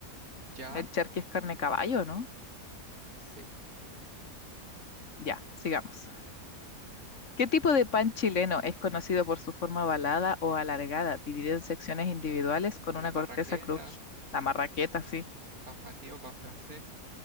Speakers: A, on the right; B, on the left.
A: Ya,
B: El charqui es carne de caballo, ¿no?
A: sí.
B: Ya, sigamos. ¿Qué tipo de pan chileno es conocido por su forma ovalada o alargada, dividido en secciones individuales con una
A: La marraqueta,
B: corteza cruji? La marraqueta, sí,
A: pan batido, pan francés,